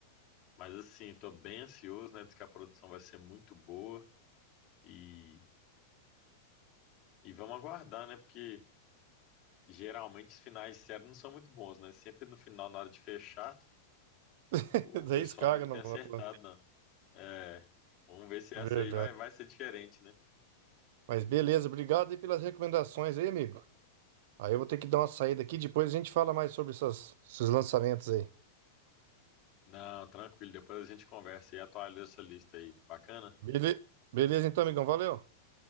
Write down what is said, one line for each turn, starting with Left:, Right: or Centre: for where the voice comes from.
Left: Mas assim, tô bem ansioso, né? Diz que a produção vai ser muito boa. E, e vamos aguardar, né? Porque geralmente os finais de série não são muito bons, né? Sempre no final, na hora de fechar,
Right: <laughs>
Left: o
Right: Daí
Left: pessoal
Right: escaga
Left: não tem
Right: na. na-
Left: acertado, não. É, vamos ver se essa
Right: Verdade.
Left: aí vai, vai ser diferente, né?
Right: Mas beleza, obrigado aí pelas recomendações aí, amigo. Aí eu vou ter que dar uma saída aqui, depois a gente fala mais sobre essas- esses lançamentos aí.
Left: Não, tranquilo. Depois a gente conversa e atualiza essa lista aí. Bacana?
Right: Bele- Beleza, então, amigão. Valeu.